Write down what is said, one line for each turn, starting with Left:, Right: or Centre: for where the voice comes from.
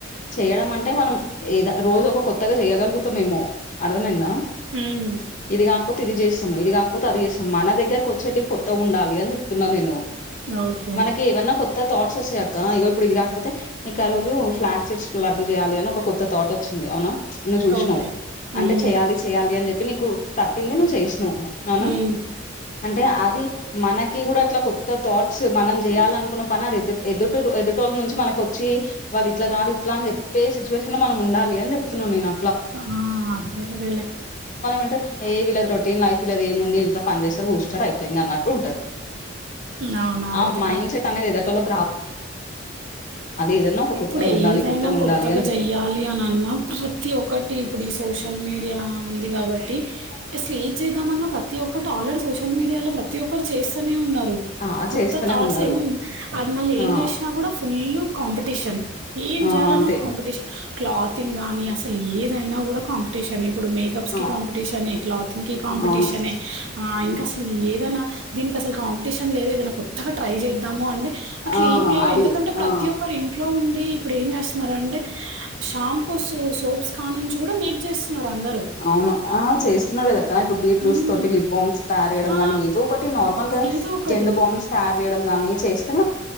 Left: చెయ్యడం అంటే మనం ఏద రోజు ఒక కొత్తగా చెయ్యగలుగుతమేమో అర్థమైందా
Right: హ్మ్
Left: ఇది కాకపోతే ఇది చేస్ ఇది కాకపోతే అది చేస్తాం మన దగ్గరకు వచ్చేటివి కొత్తగా ఉండాలి అని చెప్తున్నాను నేను
Right: ఓకే
Left: మనకి ఏవన్నా కొత్ కొత్త థాట్స్ వస్తయక్క ఇగో ఇప్పుడు ఇది గాకపోతే నీకారోజు ఫ్లాగ్షీట్స్ లడ్డు చేయాలి అని ఒక కొత్త థాట్ వచ్చింది అవునా నువ్వు చూషినవ్
Right: ఓకే హ్మ్
Left: అంటే చెయ్యాలి చెయ్యాలి అని చెప్పి నీకు తట్టింది నువ్వు అవునా
Right: హ్మ్
Left: అంటే అది మనకి గూడ అట్ల కొత్త థాట్స్ మనం జెయ్యాలనుకున్న పని అది ఎదుట్ ఎదుటురు ఎదుటోళ్ళ నుంచి మనకొచ్చి వాళ్ళు ఇట్లా కాదు ఇట్లా అని చెప్పే సిచువేషన్ లో మనం ఉండాలి అని చెప్తున్నా నేన
Right: ఆ అదే అదేలే
Left: అంటే ఏ వీళ్ళది రొటీన్ లైఫ్ వీళ్ళదేముంది ఇంట్ల పని చేస్తారు బూస్టర్ అయిపోయింది అన్నట్ ఉంటది
Right: అవును. అదైతే
Left: ఆ మైండ్సెట్
Right: కరెక్టే.
Left: అనేది ఎదటోళక్ ఏదన్నా ఒక
Right: ఇప్పుడు
Left: కొత్తగా ఉండాలి
Right: ఏదైనా
Left: ఉండాలి
Right: కొత్తగా
Left: అని చెప్పి
Right: జెయ్యాలి అనన్నా ప్రతి ఒకటి ఇప్పుడీ సోష్ మీడియా ఉంది గాబట్టి అసలు ఏద్ చేద్దామన్నా ప్రతి ఒక్కటి ఆల్రెడీ సోషల్ మీడియాలో ప్రతి ఒ చేస్తనే ఉన్నరు
Left: ఆ
Right: కొత్త
Left: చేస్తూనే
Right: థాట్స్
Left: ఉన్నారు
Right: అది మళ్ళ ఏం
Left: ఆ
Right: జేష్ నా కూడా ఫుల్లు కాంపిటీషన్ ఏం
Left: ఆ
Right: జెయాలన్నా
Left: అంతే
Right: కాంపిటీషన్ క్లాతింగ్ గానీ అసలు ఏదైనా గూడా కాంపిటీషన్ ఇప్పుడు మేకప్స్
Left: ఆ
Right: కి కాంపిటీషనే క్లాతింగ్ కి కాంపిటీషనే
Left: అవును
Right: ఆ ఇంకా
Left: హ్మ్.
Right: అసలు ఏదైనా దీనికి అసలు కాంపిటీషన్ లేదు ఏదైనా కొత్తగా ట్రై చేద్దాము అంటే అట్లు
Left: ఆ
Right: ఏం లేవే
Left: అది
Right: ఎందుకంటే ప్రతి
Left: ఆ
Right: ఒక్కరు ఇంట్లో ఉండి ఇప్పుడు ఏం చేస్తున్నారు అంటే షాంపూస్ సోప్స్ కా నుంచి కూడా మేక్ జేస్తున్నారు అందరూ.
Left: అవును ఆ చేస్తున్నాడు కదా ఇప్పుడు బీట్రూట్స్
Right: హ్మ్.
Left: తోటి లిప్ బామ్స్ తయారు చేయడం
Right: ఆ!
Left: గానీ ఏదో ఒకటి నార్మల్ గా
Right: ఏదో ఒకటి.
Left: జండు బామ్స్ తయారు చేయడం కానీ చేస్